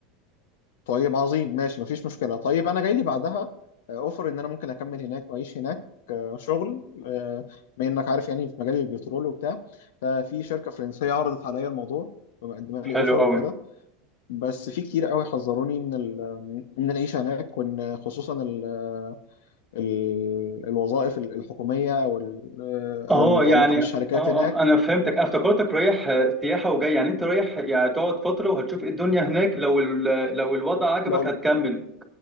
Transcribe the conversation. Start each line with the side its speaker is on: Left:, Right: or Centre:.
Left: طيب عظيم ماشي مفيش مشكلة طيب أنا جاي لي بعدها أوفر إن أنا ممكن أكمل هناك وأعيش هناك آه، شغل آه، بما إنك عارف يعني في مجال البترول وبتاع ففي شركة فرنسية عرضت عليا الموضوع ومقدمة لي
Centre: حلو
Left: أوفر
Centre: قوي
Left: وكده بس في كتير قوي حذروني من ال- من العيشة هناك وإن خصوصا ال ال الوظائف الحكومية أو ال- آه،
Centre: اه
Left: أو المتعلقة
Centre: يعني
Left: بالشركات
Centre: اه آه،
Left: هناك
Centre: انا فهمتك انا افتكرتك رايح آه، سياحه وجاي يعني انت رايح يعني تقعد فتره وهتشوف ايه الدنيا هناك لو ال- لو الوضع عجبك
Left: لو
Centre: هتكمل